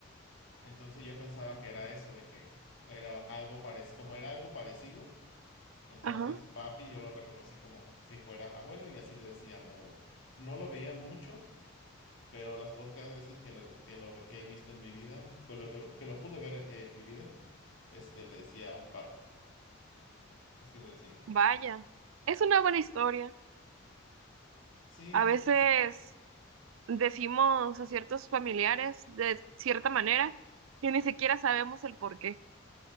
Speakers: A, on the left (about 70°); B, on the right (about 75°).
A: Entonces yo pensaba que era eso, de que era algo parecido, como era algo parecido, entonces
B: Ajá.
A: papi yo lo reconocí como si fuera abuelo y así le decía a mi abuelo. No lo veía mucho, pero las pocas veces que, le- que lo ve- he visto en mi vida, con lo que, que lo pude ver en, en mi vida, este le decía papi, así le decía.
B: Vaya. Es una buena historia.
A: Sí,
B: A
A: es-
B: veces. decimos a ciertos familiares de cierta manera y ni siquiera sabemos el por qué.